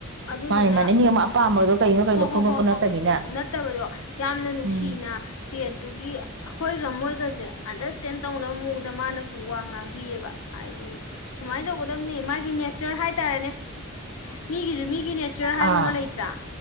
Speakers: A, on the left; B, on the right.
A: ꯑꯗꯨꯗꯨꯅ
B: ꯃꯥꯅꯦ ꯃꯥꯅꯦ ꯑꯅꯤ ꯑꯃ ꯑꯄꯥꯝꯕꯗꯣ ꯀꯩꯅꯣ ꯀꯩꯅꯣ
A: ꯍꯣ ꯍꯣꯏ
B: ꯐꯣꯡꯗꯣꯛꯄ
A: ꯍꯣꯏ
B: ꯅꯠꯇꯕꯅꯤꯅ
A: ꯍꯣꯏꯣꯏ ꯅꯠꯇꯕꯗꯣ ꯌꯥꯝꯅ ꯅꯨꯡꯁꯤꯅ
B: ꯎꯝ
A: ꯄꯦꯠꯇꯨꯒꯤ ꯑꯩꯈꯣꯏꯒ ꯃꯣꯏꯒꯁꯦ ꯑꯟꯗꯔꯁꯇꯦꯟ ꯇꯧꯅꯕ ꯗ ꯃꯥꯅ ꯁꯨ ꯋꯥ ꯉꯥꯡꯕꯤꯌꯦꯕ ꯍꯥꯏꯗꯤ ꯁꯨꯃꯥꯏꯅ ꯇꯧꯒꯗꯕꯅꯤ ꯃꯥꯒꯤ ꯅꯦꯆꯔ ꯍꯥꯏꯇꯥꯔꯦꯅꯦ ꯃꯤꯒꯤꯁꯨ ꯃꯤꯒꯤ ꯅꯦꯆꯔ ꯍꯥꯏꯕ
B: ꯑꯥ
A: ꯑꯃ ꯂꯩꯇ꯭ꯔꯥ